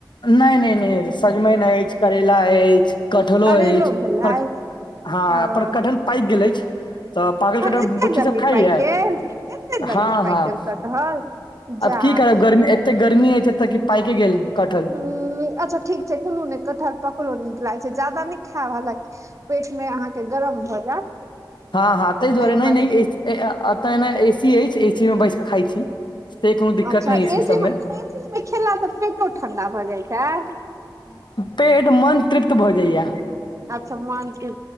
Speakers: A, on the left; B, on the right.
A: नहि नहि नहि सजमनि अछि करैेला अछि कटहलो
B: करैलो
A: अछि,
B: भेलै
A: पर हाँ
B: अ
A: पर कटहल पइकगेल अछि। तऽ पाकल कटहल
B: एते
A: बुच्ची
B: जल्दी
A: सब खाइये,
B: पाकि गेल एते जल्दी
A: हाँ
B: पाकि
A: हाँ।
B: गेल कटहल
A: आब
B: जा
A: की करब गर्मी एतेक गर्मी अइछ एत्त की पाइक गेल कठहर।
B: उ अच्छा ठीक छैय, कुनुने कठहर पाकलो नीक लागै छैय, जादा नइ खैब हलाकी। पेट में अहाँके गरम भऽ जायत।
A: हाँ, हाँ तहि दुआारे
B: ताहि
A: नइ-नइ
B: दुआरे
A: एत्त ने एसी अइछ। एसी में बैस क खाइ छी, से कोनो दिक्कत
B: अच्छा
A: नहि एसी सबमें।
B: मे एसी में खेला सऽ पेटो ठंडा भऽ जाइ छैय।
A: पेट, मन तृप्त भऽ जाइये।
B: अच्छा मन, तृ